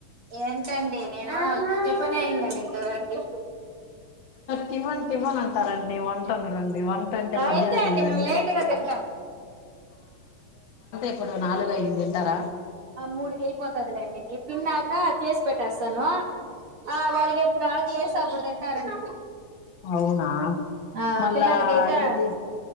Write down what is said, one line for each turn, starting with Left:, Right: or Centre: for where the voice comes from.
Right: ఏంటండి నేను పే అయ్యిందా అండి ఇంకొకర్ది
Left: తివన్ తివన్ అంటారండి వంటన్లు వంట అంటే మధ్యనం
Right: అంతే
Left: తిన్నదండి
Right: అండి మేము లేటుగా తింటాం
Left: ఇప్పుడు నాలుగు ఐదు తింటార
Right: ఆ మూడికి అయిపోతుందిలేండి వీరు తిన్నాక చేసి పెట్టేస్తను ఆ వాలికెప్పుడు ఆకలేస్ ప్పుడు తింటారండి
Left: అవునా
Right: ఆ
Left: మళ్ళా
Right: పిల్లలకైతే
Left: ఇది